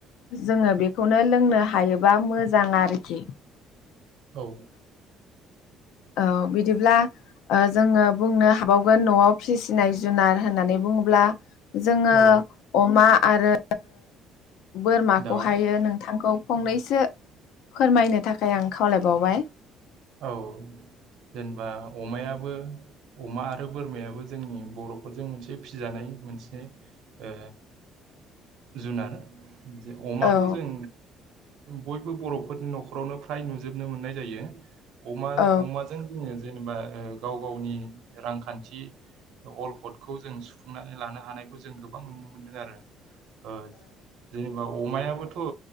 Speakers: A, on the left (about 75°); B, on the right (about 65°).
A: जोङो बेखौनो लोंनो हायोबा मोजां आरोखि
B: औ
A: औ बिदिब्ला ओ जोङो बुंनो हाबावगोन न'आव फिसिनाय जुनार होननानै बुङोब्ला- जोङो
B: औ
A: अमा आरो बोरमाखौहायो
B: दाउ
A: नोंथांखौ फंनैसो
B: औ
A: फोरमायनो थाखाय आं खावलायबावबाय
B: औ जेनेबा अमायाबो अमा आरो बोरमायाबो जोंनि बर'फोरजों मोनसे फिजानाय मोनसे ओ जुनार जे अमाखौ
A: औ
B: जों बयबो बर'फोरनि न'खरावनो फ्राय नुजोबनो मोननाय जायो। अमा
A: औ
B: अमाजों जोङो जेनेबा गाव गावनि रांखान्थि अलखदखौ जों सुफुंनानै लानो हानायखौ जों गोबां नुनो मोनदों आरो। ओ जेनेबा अमायाबोथ' ओ